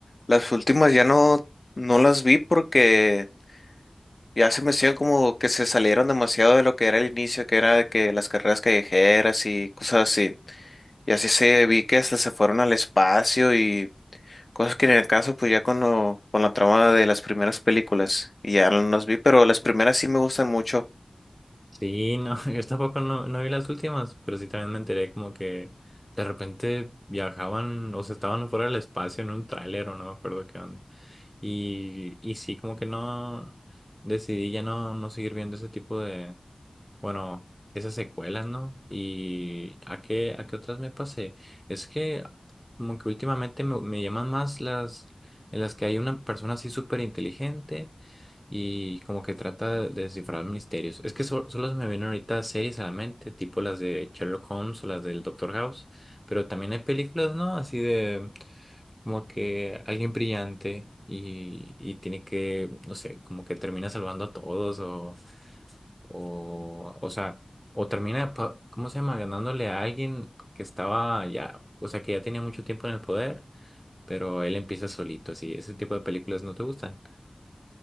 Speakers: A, on the left (about 50°); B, in the centre.
A: las últimas ya no, no las vi porque ya se me hacían como que se salieron demasiado de lo que era el inicio, que era de que las carreras callejeras y cosas así. Y así se vi que hasta se fueron al espacio y cosas que en el caso, pues ya con lo- con la trama de las primeras películas, y ya no las vi, pero las primeras sí me gustan mucho.
B: Sí, no, <laughs> yo tampoco no, no vi las últimas, pero sí también me enteré como que de repente viajaban, o sea, estaban fuera del espacio en un tráiler o no me acuerdo qué onda. Y, y sí, como que no decidí ya no, no seguir viendo ese tipo Bueno, esas secuelas, ¿no? ¿Y a qué, a qué otras me pasé? Es que como que últimamente me, me llaman más las en las que hay una persona así súper inteligente y como que trata de descifrar misterios. Es que sol- solo se me vienen ahorita series a la mente, tipo las de Sherlock Holmes o las del Doctor House, pero también hay películas, ¿no? Así de como que alguien brillante y, y tiene que, no sé, como que termina salvando a todos o, o, o sea, o termina, pa- ¿cómo se llama? Ganándole a alguien que estaba ya, o sea, que ya tenía mucho tiempo en el poder, pero él empieza solito, así, ese tipo de películas no te gustan.